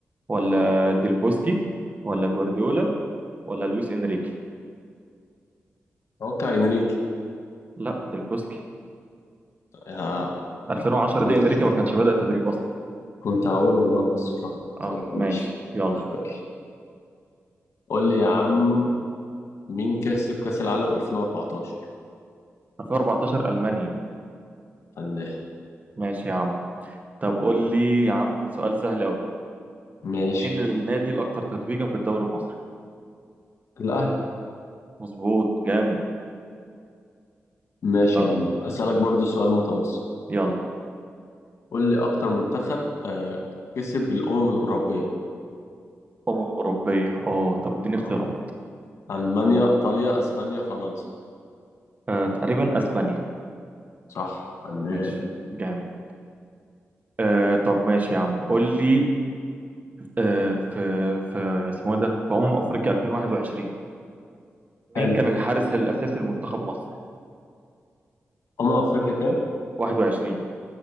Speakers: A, on the right; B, on the left.
A: ولا ديل بوسكي ولا جوارديولا ولا لويس إنريكي
B: اتوقع انريكي
A: لا ديل بوسكي
B: يا الله
A: 2010
B: الله.
A: دي إنريكي ما كانش بدأ تدريب أصلا
B: كنت هقول والله بس اتلخبطت
A: اه
B: يلا
A: ماشي
B: ماشي
A: يلا
B: تمام. قول لي يا عم مين كسب كأس العالم 2014
A: 2014 ألمانيا
B: فنان
A: ماشي يا عم طب قول لي يا عم سؤال سهل أوي
B: ماشي
A: مين النادي الأكثر تتويجا بالدوري المصري
B: الأهلي
A: مظبوط جامد
B: ماشي
A: يلا
B: يا عم أسألك برضو سؤال متوسط
A: يلا
B: قول لي أكتر منتخب آه كسب بالأمم الأوروبية
A: أمم أوروبية اه طب اديني
B: اه
A: اختيارات
B: ألمانيا إيطاليا أسبانيا فرنسا
A: آه تقريبا أسبانيا
B: صح فنان
A: ماشي جامد آه طب ماشي يا عم قول لي آه في في اسمه إيه ده في أمم أفريقيا 2021
B: حلو
A: مين كان الحارس الأساسي لمنتخب مصر
B: أمم أفريقيا كام؟
A: 21